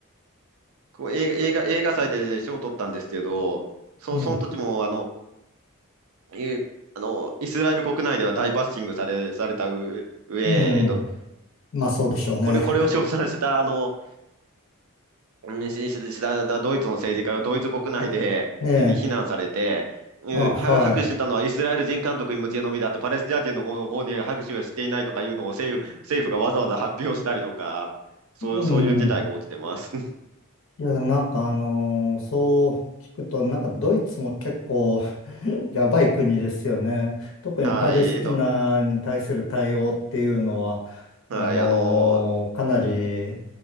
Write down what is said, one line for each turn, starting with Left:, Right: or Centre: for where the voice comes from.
Right: こう映画、映画、映画祭で賞を取ったんですけど、そ、
Left: ね、
Right: その時も、あの、いうあの、イスラエル国内では大バッシングされ、されたう上、
Left: うん。
Right: えっと、
Left: まあ、そうでしょうね。
Right: これ、これを称賛した、あの、うんしししだだドイツの政治家がドイツ国内で、
Left: <laughs> ええ、
Right: <laughs> で非難されて、うんは拍手してたのはイスラエル人監督に向けのみだって、
Left: あ、はい。
Right: パレスチナ人の方、方に拍手はしていないとかいうのを政府、政府がわざわざ発表したりとか、そうそういう事態が起きてます。
Left: うん。い
Right: <laughs>
Left: や、なんかあのーそう聞くと、なんかドイツも結構 <laughs> やばい国ですよね。特にパレスチナに対する対応っていうのは、
Right: はい、えっと、はい、
Left: あのーかなり、
Right: あの、